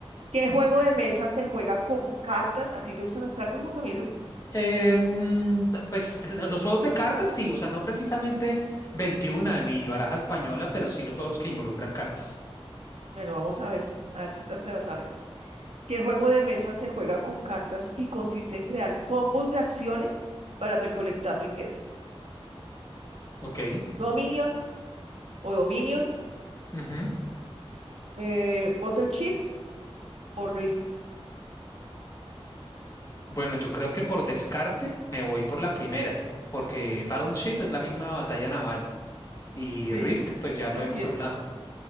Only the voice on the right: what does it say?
¿Qué juego de mesa se juega con cartas? ¿A ti te gustan las cartas, Juan Camilo?
Bueno, vamos a ver. A ver si esta te la sabes. ¿Qué juego de mesa se juega con cartas y consiste en crear combos de acciones para recolectar riquezas?
Dominion o Dominion,
eh, Bottle Chip o Risk.
Sí,
así
es.